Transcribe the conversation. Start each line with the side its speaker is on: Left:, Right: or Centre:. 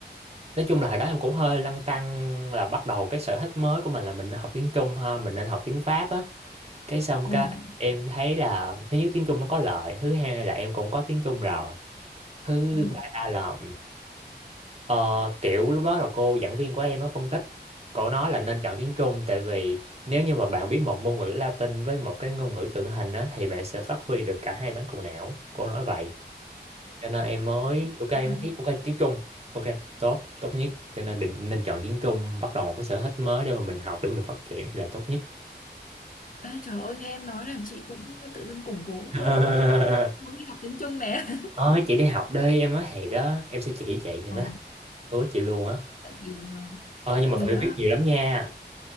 Right: nói chung là hồi đó em cũng hơi lăn tăn là bắt đầu cái sở thích mới của mình là mình nên học tiếng Trung ha mình nên học tiếng Pháp á cái xong
Left: ừ
Right: cái em thấy là thứ nhất tiếng Trung nó có lợi thứ hai là em cũng có tiếng Trung rồi thứ
Left: ừ
Right: ba là Ờ, kiểu lúc đó là cô giảng viên của em á phân tích cô nói là nên chọn tiếng Trung tại vì nếu như mà bạn biết một ngôn ngữ Latin với một cái ngôn ngữ tượng hình á thì bạn sẽ phát huy được cả hai bán cầu não cô nói vậy cho nên em mới ok em
Left: À, rồi.
Right: thấy ok tiếng Trung ok tốt tốt nhất cho nên định nên chọn tiếng Trung bắt đầu một cái sở thích mới để mà mình học để mình phát triển thì là tốt nhất
Left: Ê, trời ơi nghe em nói làm chị cũng tự dưng củng cố
Right: <laughs>
Left: ờ, ý muốn đi học tiếng Trung nè
Right: nói chị đi học đi em nói thiệt á em sẽ chỉ chị em
Left: Ồ,
Right: nói hứa chị luôn á
Left: tại vì ờ,
Right: ờ nhưng
Left: tại
Right: mà
Left: vì
Right: phải
Left: ờ,
Right: viết nhiều lắm nha